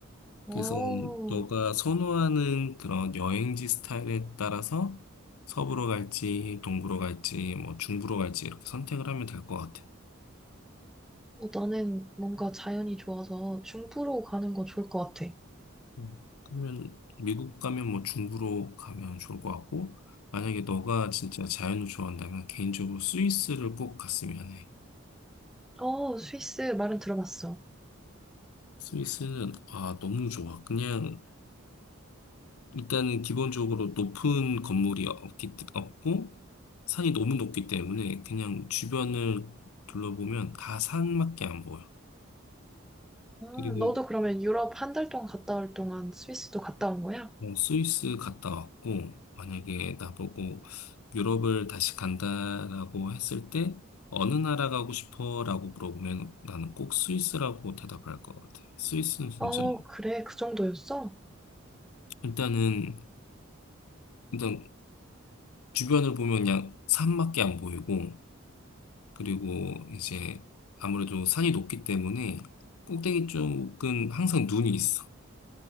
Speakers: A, in the centre; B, on the left.
A: 오,
B: 그래서 너가 선호하는 그런 여행지 스타일에 따라서 서부로 갈지, 동부로 갈지, 뭐 중부로 갈지 이렇게 선택을 하면 될 것 같아.
A: 어, 나는 뭔가 자연이 좋아서 중부로 가는 거 좋을 것 같아.
B: 음. 그러면 미국 가면 뭐 중부로 가면 좋을 것 같고, 만약에 너가 진짜 자연을 좋아한다면 개인적으로 스위스를 꼭 갔으면 해.
A: 어, 스위스 말은 들어봤어.
B: 스위스는 아 너무 좋아. 그냥 일단은 기본적으로 높은 건물이 없기, 없고, 산이 너무 높기 때문에 그냥 주변을 둘러보면 다 산밖에 안 보여. 그리고
A: 음, 너도 그러면 유럽 한 달 동안 갔다 올 동안 스위스도 갔다 온 거야?
B: 뭐 스위스 갔다 왔고, 만약에 나보고 유럽을 다시 간다라고 했을 때, 어느 나라 가고 싶어? 라고 물어보면 나는 꼭 스위스라고 대답할 것 같아. 스위스는 진짜,
A: 어, 그래, 그 정도였어?
B: 일단은, 일단 주변을 보면 그냥 산밖에 안 보이고, 그리고 이제 아무래도 산이 높기 때문에 꼭대기 쪽은 항상 눈이 있어.